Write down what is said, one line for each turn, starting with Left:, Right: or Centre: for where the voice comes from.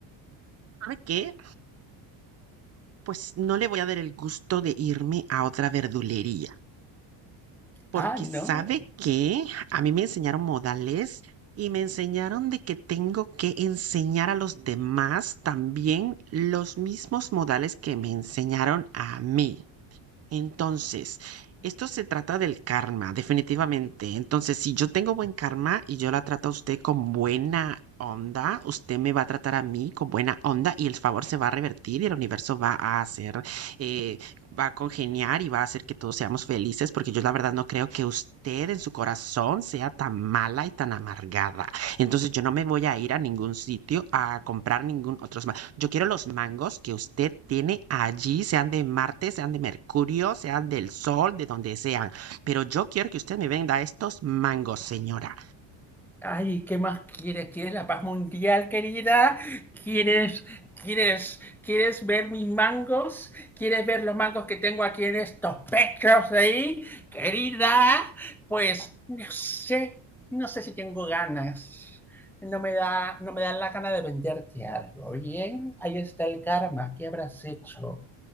Right: ¿sabe qué? Pues no le voy a dar el gusto de irme a otra verdulería, porque
Centre: Ah, no.
Right: ¿sabe qué? A mí me enseñaron modales y me enseñaron de que tengo que enseñar a los demás también los mismos modales que me enseñaron a mí. Entonces, esto se trata del karma, definitivamente. Entonces, si yo tengo buen karma y yo la trato a usted con buena onda, usted me va a tratar a mí con buena onda y el favor se va a revertir y el universo va a hacer, eh, va a congeniar y va a hacer que todos seamos felices, porque yo la verdad no creo que usted en su corazón sea tan mala y tan amargada. Entonces, yo no me voy a ir a ningún sitio a comprar ningún otro yo quiero los mangos que usted tiene allí, sean de Marte, sean de Mercurio, sean del Sol, de donde sean. Pero yo quiero que usted me venda estos mangos, señora.
Centre: Ay, ¿qué más quieres? ¿Quieres la paz mundial, querida? ¿Quieres, quieres, quieres ver mis mangos? ¿Quieres ver los mangos que tengo aquí en estos pechos ahí, querida? Pues no sé, no sé si tengo ganas. No me da, no me da la gana de venderte algo. Bien, ahí está el karma. ¿Qué habrás hecho?